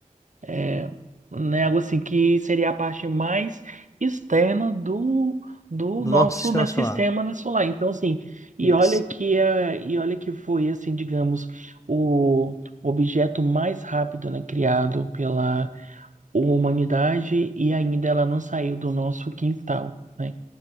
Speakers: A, on the right; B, on the left.
A: É, né, algo assim que seria a parte mais externa do, do
B: Do
A: nosso
B: nosso sistema
A: né,
B: solar.
A: sistema né, solar. Então, assim, e
B: Isso,
A: olha que é, e olha que foi assim, digamos, o objeto mais rápido, né, criado pela humanidade e ainda ela não saiu do nosso quintal, né?